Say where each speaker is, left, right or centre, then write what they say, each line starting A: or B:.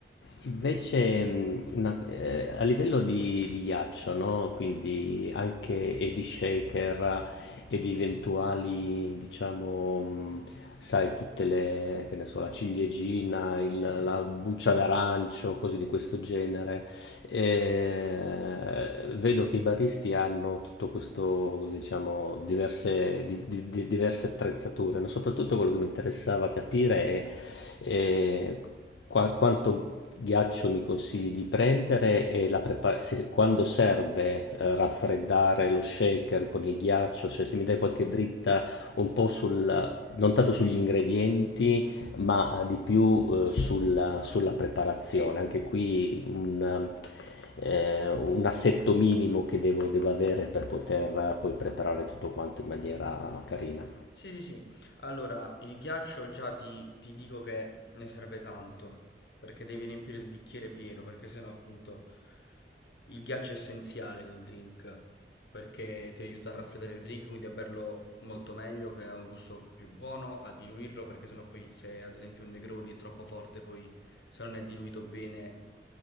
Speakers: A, on the left; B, on the left.
A: Invece, mh, una- eh, a livello di, di ghiaccio, no? Quindi anche e di shaker e di eventuali, diciamo, mh, sai, tutte le, che ne so, la ciliegina, il-
B: Sì,
A: la
B: sì, sì.
A: buccia d'arancio, cose di questo genere. Eh, vedo che i baristi hanno tutto questo, diciamo, diverse, di- di- di- diverse attrezzature, no? Soprattutto quello che mi interessava capire è, eh, qua- quanto ghiaccio mi consigli di prendere e la prepar- se- quando serve, eh, raffreddare lo shaker con il ghiaccio, cioè se mi dai qualche dritta un po' sul, non tanto sugli ingredienti, ma eh, di più, uhm, sulla sulla preparazione.
B: Sì,
A: Anche qui un ehm, un assetto minimo che devo devo avere per poter eh, poi preparare tutto quanto in maniera carina.
B: sì, sì, sì. Allora, il ghiaccio già ti, ti dico che ne serve tanto, perché devi riempire il bicchiere pieno, perché sennò appunto il ghiaccio è essenziale nel drink perché ti aiuta a raffreddare il drink, quindi a berlo molto meglio, che ha un gusto più buono, a diluirlo, perché sennò poi se ad esempio un Negroni è troppo forte, poi se non è diluito bene